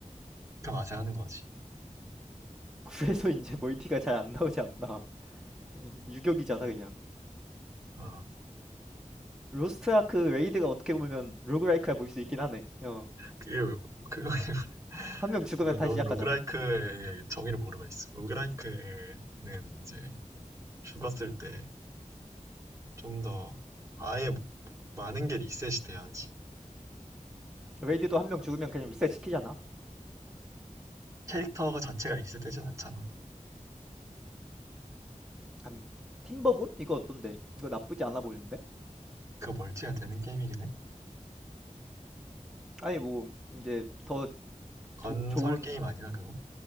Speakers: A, on the right; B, in the centre.
A: 그 맛에 하는 거지.
B: <laughs> 그래서 이제 멀티가 잘 안 나오지 않나 <laughs> 유격이잖아 그냥
A: 어,
B: 로스트 아크 레이드가 어떻게 보면 로그라이크라 볼 수 있긴 하네 어한
A: 그, 게 그거, <laughs>
B: 명 죽으면
A: 로-
B: 다시
A: 넌
B: 시작하잖아
A: 로그라이크의 정의를 모르고 있어. 로그라이크는 이제 죽었을 때 좀 더 아예 많은 게 리셋이 돼야지.
B: 레이드도 한 명 죽으면 그냥 리셋 시키잖아
A: 캐릭터가 자체가 리셋되진 않잖아.
B: 암 팀버본 이거 어떤데 이거 나쁘지 않아 보이는데
A: 그 멀티가 되는 게임이긴 해.
B: 아니 뭐 이제 더
A: 건설
B: 도- 좋은
A: 게임 아니야 그거?